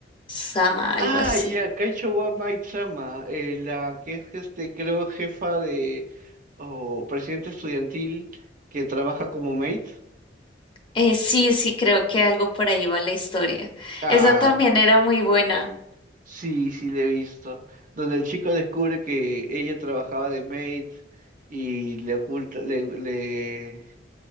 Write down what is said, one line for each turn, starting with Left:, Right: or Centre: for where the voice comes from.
Left: Sama, algo
Right: Ah,
Left: así.
Right: ya, Kaicho wa Maid-sama, eh, la que es, este, creo, jefa de, o presidente estudiantil que trabaja como maid.
Left: Eh, sí, sí, creo que algo por ahí va la historia.
Right: Ah,
Left: Esa también era muy buena.
Right: sí, sí, le he visto. Donde el chico descubre que ella trabajaba de maid y le oculta, le, le,